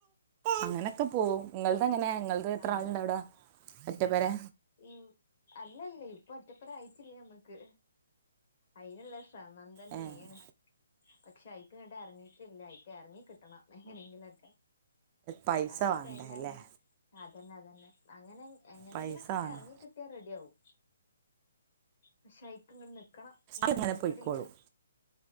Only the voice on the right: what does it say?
അങ്ങനൊക്കെ പോവും. ഇങ്ങൾത് എങ്ങനെ, ഇങ്ങൾത് എത്ര
ആള്ണ്ടവിടെ, ഒറ്റ പെരേ?
ഏഹ്
പൈസ
വേണ്ടല്ലേ
പൈസ വേണം
അങ്ങനെ
പൊയ്ക്കോളും